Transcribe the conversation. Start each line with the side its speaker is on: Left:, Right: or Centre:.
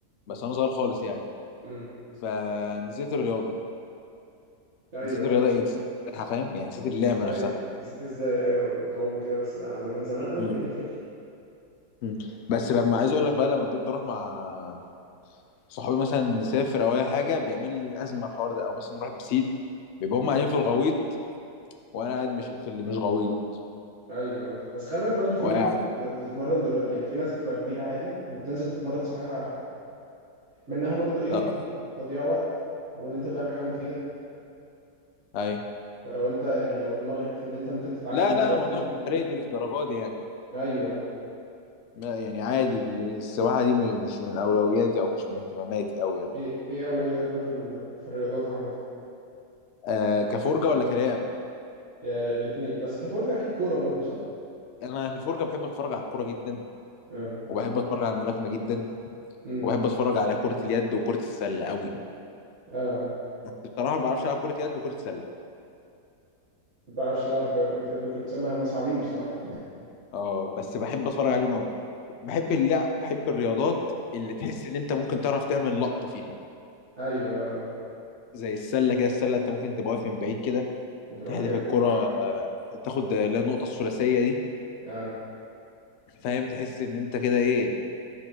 Left: بس وانا صغير خالص يعني
Right: مم.
Left: فنسيت الرياضة
Right: ايوه
Left: نسيت الرياضة ايه نسيت السباحة فاهم يعني نسيت اللعبة
Right: بس ايوه
Left: نفسها
Right: نسيت ازاي ايوه بتعوم وكده بس ما ده من زمان قوي
Left: مم.
Right: ما هي دي الفكره
Left: مم. بس لما عايز اقول لك بقى لما بقيت بروح مع صحابي مثلا نسافر او اي حاجة بيعمل لي ازمة الحوار ده او مثلا نروح البسين بيبقى هم قاعدين
Right: مم.
Left: في الغويط وانا قاعد مش في اللي مش غويط
Right: ايوه بس خلي بالك برضه في
Left: وقاعد
Right: ناس بت... بتتمرن دلوقتي يعني في ناس بتبقى كبيره عادي وبتنزل تتمرن سباحه منها برضه ايه
Left: اه
Right: تضييع وقت وان انت بتعمل حاجه مفيده
Left: اي
Right: فلو انت يعني لو دماغك في ان انت ممكن تتعلم
Left: لا لا
Right: دلوقتي
Left: الموضوع
Right: ممكن
Left: مش
Right: تروح
Left: فارق لي للدرجه دي يعني
Right: ايوه
Left: ما- يعني عادي السباحه دي م- مش من اولوياتي او مش من اهتماماتي قوي يعني
Right: ايه ايه اولوياتك بقى في ال... في الرياضات عامه
Left: آه كفرجه ولا كلاعب
Right: آه، الاتنين بس كفرجه اكيد كوره برضه صح
Left: انا في الفرجه بحب اتفرج على الكوره جدا
Right: اه
Left: وبحب اتفرج على الملاكمه جدا
Right: امم
Left: وبحب اتفرج على كره اليد وكره السله قوي
Right: اه آه.
Left: بس بصراحه ما بعرفش العب كره يد وكره سله
Right: ما بتعرفش تلعب كره يد وكره سله هم صعبين بصراحه
Left: اه بس بحب اتفرج عليهم قوي بحب اللعب بحب الرياضات اللي تحس ان انت ممكن تعرف تعمل لقطه فيها
Right: ايوه
Left: زي السله كده السله انت ممكن تبقى واقف من بعيد كده
Right: وتروح
Left: تهدف
Right: جايب
Left: الكرة
Right: اه
Left: آه، تاخد آه، لا النقطة الثلاثية دي
Right: اه
Left: فاهم تحس ان انت كده ايه